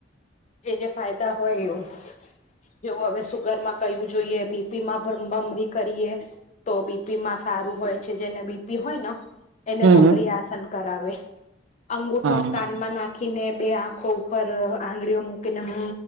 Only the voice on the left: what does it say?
જે જે ફાયદા હોય એવું. જેવું હવે સુગરમાં કયું જોઈએ, બીપી માં ભમભમડી કરીએ. તો બીપીમાં સારું હોય છે જેને બીપી હોય ન એને
ભમરી
આસન કરાવે. અંગુઠો
કાનમાં નાખ ખીને બે આંખો ઉપર આંગળીઓ મૂકીને અમ